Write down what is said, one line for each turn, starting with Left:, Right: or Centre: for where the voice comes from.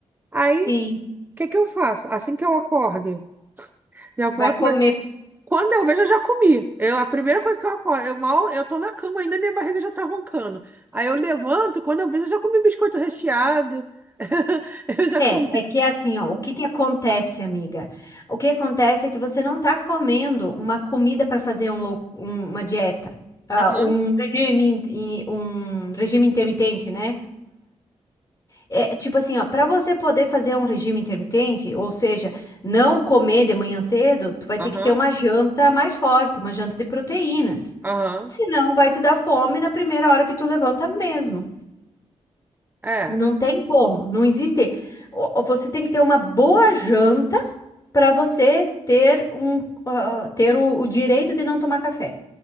Right: Aí,
Left: Sim,
Right: o que que eu faço? Assim que eu acorde, já vou
Left: vai
Right: atrás.
Left: comer.
Right: Quando eu vejo, eu já comi. Eu, a primeira coisa que eu acordo, eu mal, eu tô na cama ainda, minha barriga já tá roncando. Aí eu levanto, quando eu vejo, eu já comi biscoito recheado. <laughs> Eu já
Left: É,
Right: comi.
Left: é que é assim, ó, o que que acontece, amiga? O que acontece é que você não tá comendo uma comida para fazer um lou- um- uma dieta, Ah,
Right: Aham,
Left: um regime, in- um regime intermitente, né? É, tipo assim, ó, para você poder fazer um regime intermitente, ou seja, não comer de manhã cedo, tu vai
Right: aham,
Left: ter que ter uma janta mais forte, uma janta de proteínas.
Right: aham.
Left: Senão vai te dar fome na primeira hora que tu levanta mesmo.
Right: É.
Left: Não tem como, não existe. Ó, ó, Você tem que ter uma boa janta para você ter um, ah, ter o, o direito de não tomar café.